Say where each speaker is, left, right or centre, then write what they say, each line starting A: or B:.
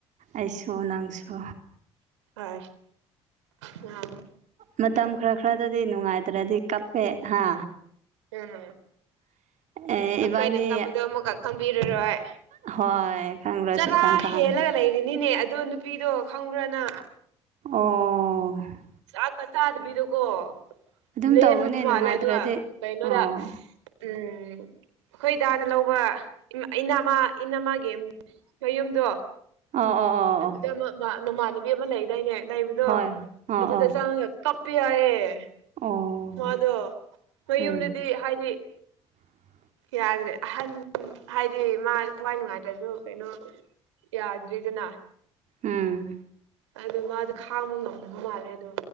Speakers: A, on the right; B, on the right.
A: ꯑꯩꯁꯨ ꯅꯪꯁꯨ
B: ꯍ ꯂ
A: ꯃꯇꯝ ꯈꯔ ꯈꯔꯗꯗꯤ ꯅꯨꯡꯉꯥꯏꯇ꯭ꯔꯦꯗꯤ ꯀꯞꯄꯦ ꯍꯥ
B: ꯎꯝ
A: ꯑꯦ
B: ꯑꯩꯈꯣꯏꯅ
A: ꯏꯕꯥꯅꯤ
B: ꯀꯥꯕꯗꯣ ꯑꯃꯨꯛꯀ ꯈꯪꯕꯤꯔꯔꯣꯏ
A: ꯍꯣꯏ ꯈꯪꯂꯣꯏ
B: ꯆꯂꯥ
A: ꯁꯨꯛꯈꯪ ꯈꯪꯂꯣꯏ
B: ꯍꯦꯜꯂꯒ ꯂꯩꯔꯤꯅꯤꯅꯦ ꯑꯗꯣ ꯅꯨꯄꯤꯗꯣ ꯈꯪꯕ꯭ꯔꯅ
A: ꯑꯣ
B: ꯆꯥꯛꯀ ꯆꯥꯗꯕꯤꯗꯣꯀꯣ
A: ꯑꯗꯨꯝ
B: ꯂꯩ
A: ꯇꯧꯕꯅꯦ
B: ꯑꯗꯨ ꯃꯥꯜꯂꯦ
A: ꯅꯨꯡꯉꯥꯏꯇ꯭ꯔꯗꯤ
B: ꯑꯗꯨꯒ ꯀꯩꯅꯣꯗ
A: ꯑꯣ
B: ꯎꯝ ꯎ ꯑꯩꯈꯣꯏꯗꯥꯅ ꯂꯧꯕ ꯏꯩꯅꯃ ꯏꯟ ꯑꯃꯒꯤꯒꯤ ꯃꯌꯨꯝꯗꯣ
A: ꯑꯣ ꯑꯣ ꯑꯣ
B: ꯑꯗꯨꯗ
A: ꯑꯣ
B: ꯑꯃ ꯅꯃꯥꯟꯅꯕꯤ ꯑꯃ ꯂꯩꯗꯥꯏꯅꯦ ꯂꯩꯕꯗꯣ
A: ꯍꯣꯏ ꯑꯣ
B: ꯑꯗꯨꯗ
A: ꯑꯣ
B: ꯆꯪꯉꯒꯞ ꯌꯥꯏꯑꯌꯦꯦ
A: ꯑꯣ
B: ꯃꯥꯗꯣ ꯃꯣꯏꯌꯨꯝꯗꯗꯤ
A: ꯎꯝ
B: ꯍꯥꯏꯗꯤ
A: <unintelligible>
B: ꯌꯥꯗ꯭ꯔꯦ ꯍꯥꯏꯗꯤ ꯃꯥ ꯊꯋꯥꯏ ꯅꯨꯡꯉꯥꯏꯇ꯭ꯔꯁꯨ ꯀꯩꯅꯣ ꯌꯥꯗ꯭ꯔꯤꯗꯅ
A: ꯎꯝ
B: ꯑꯗꯨ ꯃꯥꯗꯣ ꯈꯥꯡꯕ ꯉꯝꯅꯕ ꯃꯥꯜꯂꯦ ꯑꯗꯣ